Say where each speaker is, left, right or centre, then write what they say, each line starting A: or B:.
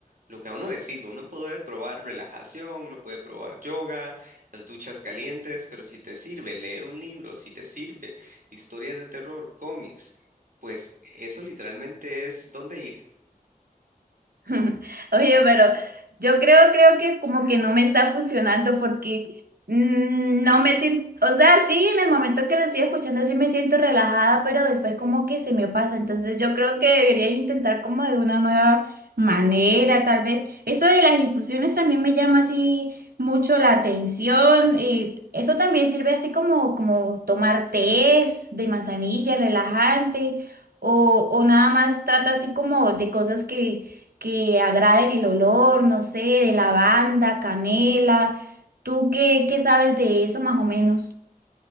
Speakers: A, on the right; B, on the right.
A: lo que a uno le sirve. Uno puede probar relajación, uno puede probar yoga, las duchas calientes, pero si te sirve leer un libro, si te sirve historias de terror, cómics, pues eso literalmente es dónde ir.
B: <laughs> Oye, pero yo creo, creo que como que no me está funcionando porque mm, no me siento, o sea, sí, en el momento que lo estoy escuchando sí me siento relajada, pero después como que se me pasa. Entonces yo creo que debería intentar como de una nueva manera, tal vez. Eso de las infusiones también me llama así mucho la atención. y eso también sirve así como, como tomar tés de manzanilla, relajante, o, o nada más trata así como de cosas que que agraden el olor, no sé, de lavanda, canela. ¿Tú qué, qué sabes de eso más o menos?